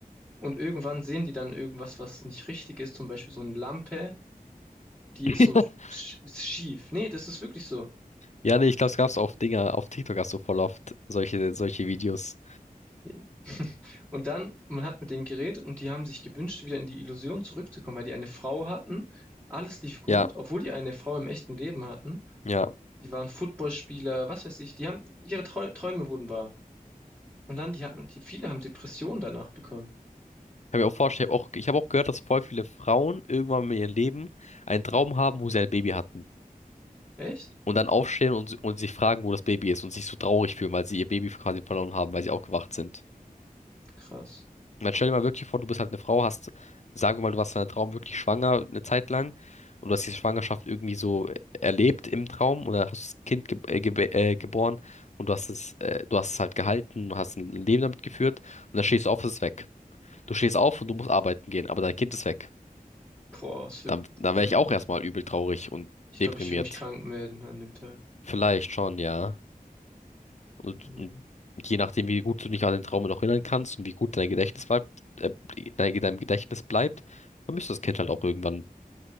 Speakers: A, on the right; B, on the left.
A: Und irgendwann sehen die dann irgendwas, was nicht richtig ist, zum Beispiel so eine Lampe, die
B: <laughs>
A: ist so sch schief. Nee, das ist wirklich so.
B: Ja, nee, ich glaube, es gab's auf Dinger, auf TikTok hast du voll oft solche, solche Videos.
A: Ja. <laughs> Und dann, man hat mit denen geredet und die haben sich gewünscht, wieder in die Illusion zurückzukommen, weil die eine Frau hatten. Alles lief gut,
B: Ja,
A: obwohl die eine Frau im echten Leben hatten.
B: ja.
A: Die waren Footballspieler, was weiß ich. Die haben, ihre Trau Träume wurden wahr. Und dann, die hatten, die, viele haben Depressionen danach bekommen.
B: Kann mir auch vorstellen, ich habe auch, ich hab auch gehört, dass voll viele Frauen irgendwann in ihrem Leben einen Traum haben, wo sie ein Baby hatten.
A: Echt?
B: Und dann aufstehen und, und sich fragen, wo das Baby ist und sich so traurig fühlen, weil sie ihr Baby quasi verloren haben, weil sie aufgewacht sind.
A: Krass.
B: Und dann stell dir mal wirklich vor, du bist halt eine Frau, hast, sagen wir mal, du warst in einem Traum wirklich schwanger eine Zeit lang und du hast diese Schwangerschaft irgendwie so erlebt im Traum oder hast das Kind ge äh, gebe- äh, geboren und du hast es, äh, du hast es halt gehalten, du hast ein Leben damit geführt und dann stehst du auf, es ist weg. Du stehst auf und du musst arbeiten gehen, aber dein Kind ist weg.
A: Boah, es wird,
B: Dann, dann wäre
A: wird,
B: ich auch erstmal übel traurig und
A: ich
B: deprimiert.
A: glaube, ich würde mich krank melden an dem Tag.
B: Vielleicht schon, ja. Und,
A: Ja,
B: und je nachdem, wie gut du dich an den Traum noch erinnern kannst und wie gut dein Gedächtnis bleibt, äh, dein, dein Gedächtnis bleibt, vermisst das Kind halt auch irgendwann.